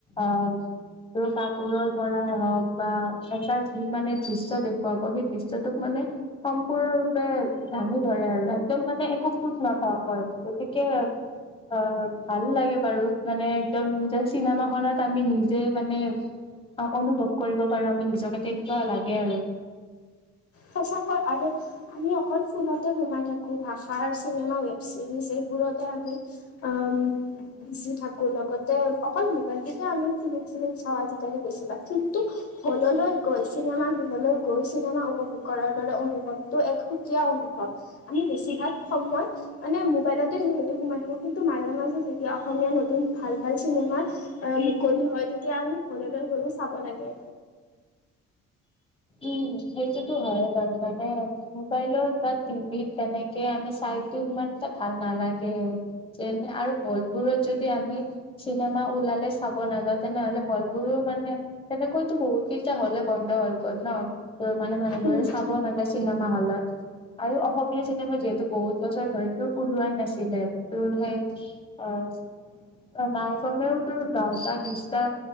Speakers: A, on the left (about 20°); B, on the left (about 50°).
A: আহ, তোৰ কাপোৰৰ পৰাই হওঁক, বা এটা যি মানে দৃশ্য দেখুৱাব, সেই দৃশ্যটোত মানে সম্পূৰ্ণৰূপে দাঙি ধৰে আৰু। একদম মানে একো খোট নথকাকৈ গতিকে, অহ, ভাল লাগে বাৰু, মানে একদম যেন চিনেমাখনত আমি নিজেই মানে অহ, অনুভৱ কৰিব পাৰোঁ আমি নিজকে, তেনেকুৱা লাগে আৰু।
B: সচাকৈ আৰু আমি অকল ফোনতে সোমাই থাকো, ভাষাৰ চিনেমা, ৱেব চিৰিজ, এইবোৰতে আমি আম বিজি থাকো, লগতে অকল মোবাইলটোতে আমি ফিলিম চিলিম চাওঁ আজিকালি বেছিভাগ, কিন্তু হল'লৈ গৈ, চিনেমা গৃহলৈ গৈ, চিনেমা উপভোগ কৰাৰ দৰে অনুভৱটো এক সুকীয়া অনুভৱ, আমি বেছিভাগ সময় মানে মোবাইলতে যিহেতু সোমাই থাকো, কিন্তু মাজে মাজে যেতিয়া অসমীয়া নতুন ভাল-ভাল চিনেমা আহ, মুকলি হয়, তেতিয়া আমি হল'লৈ গৈও চাব লাগে।
A: উম, সেইটোতো হয়ে বাৰু মানে মোবাইলত বা টিভিত, তেনেকে আমি চাইতো সিমান এটা ভাল নালাগে। যেন, আৰু হল'বোৰত যদি আমি চিনেমা ওলালে চাব নাযাওঁ, তেনেহ'লে হল'বোৰো মানে তেনেকৈতো বহুত কেইটা হল এ বন্ধ হ'ল। গ'ল ন' গৈ মানে মানুহবোৰে
B: উম
A: চাব নাযায় চিনেমা হলত। আৰু অসমীয়া চিনেমা যিহেতু বহুত বছৰ ধৰি তোৰ ওলোৱাই নাছিলে তোৰ সেই অ' অ' নাই কমেও তোৰ দহটা, বিছটা